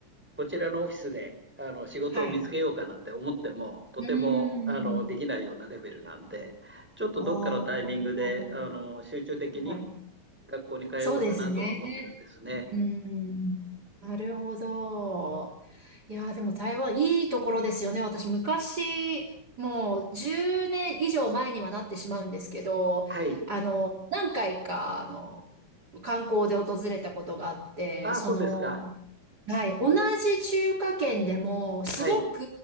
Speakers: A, in the centre; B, on the right (about 30°).
A: こちらのオフィスで、あの、仕事を見つけようかなんて思っても、
B: はい。
A: とても、
B: うー
A: あの、
B: ん。
A: できないようなレベルなんで、ちょっとどっかのタイミングで、
B: ああ、は
A: あの、集中的に
B: い。
A: 学校に通おうかなとは思ってるんですね。
B: そうですね。うん。なるほど。いやー、でも台湾いいところですよね。私昔、もう10年以上前にはなってしまうんですけど、
A: はい。
B: あの、何回か、あの、観光で訪れたことがあって、
A: ああ、
B: その、
A: そうですか。
B: はい、同じ中華圏でも、すごく、
A: はい。